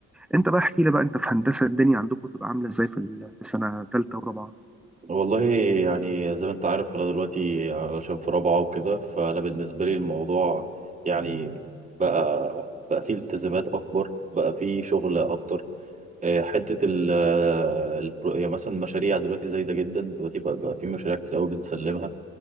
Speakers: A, in the centre; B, on the right.
A: انت بقى احكي لي بقى انت في هندسة الدنيا عندكم تبقى عاملة ازاي في ال- في سنة تالتة ورابعة
B: والله يعني زي ما انت عارف انا دلوقتي علشان في رابعه وكده فانا بالنسبه لي الموضوع يعني بقى بقى فيه التزامات اكبر بقى فيه شغل اكتر اه، حته ال ال- يعني مثلا مشاريع دلوقتي زايده جدا دلوقتي بقى, بقى فيه مشاريع كتير قوي بنسلمها